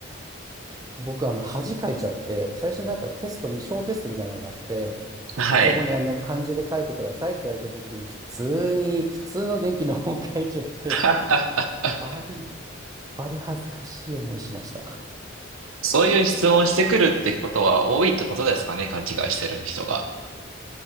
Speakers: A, on the right; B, on the right.
A: 僕、あの、恥かいちゃって、最初なんかテストみ、小テストみたいなのがあって、
B: はい。
A: 僕そこにあの、漢字で書いてくださいって言われた時に、普通に、普通の電気の方を書いちゃって、
B: <laughs>
A: バリ、バリ恥ずかしい思いしました。
B: そういう質問をしてくるってことは多いってことですかね。勘違いしてる人が。